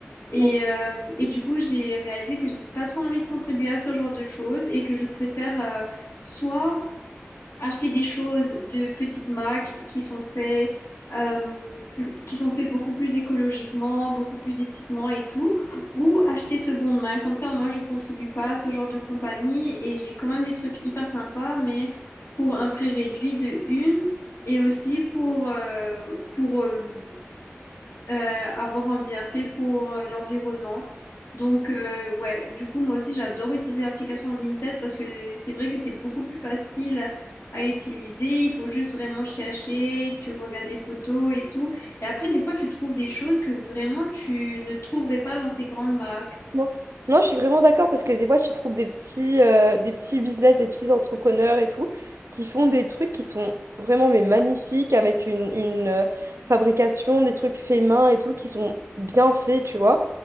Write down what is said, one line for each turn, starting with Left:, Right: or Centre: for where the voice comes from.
Left: Et,
Right: Complètement.
Left: euh, et du coup, j'ai réalisé que j'ai pas trop envie de contribuer à ce genre de choses et que je préfère euh, soit acheter des choses de petites marques qui sont faites euh, plus- qui sont faits beaucoup plus écologiquement, beaucoup plus éthiquement et tout, ou acheter seconde main. Comme ça, au moins, je contribue pas à ce genre de compagnie et j'ai quand même des trucs hyper sympas, mais pour un prix réduit de une et aussi pour, euh, pour euh, euh, avoir un bienfait pour euh, l'environnement. Donc, euh, ouais, du coup, moi aussi, j'adore utiliser l'application Vinted parce que c'est vrai que c'est beaucoup plus facile à utiliser. Il faut juste vraiment chercher, tu regardes les photos et tout. Et après, des fois, tu trouves des choses que vraiment tu ne trouverais pas dans ces grandes marques.
Right: Non, Non, je suis vraiment d'accord parce que des fois, tu trouves des petits, euh, des petits business, des petits entrepreneurs et tout, qui font des trucs qui sont vraiment mais magnifiques avec une, une, euh, fabrication, des trucs faits main et tout, qui sont bien faits, tu vois.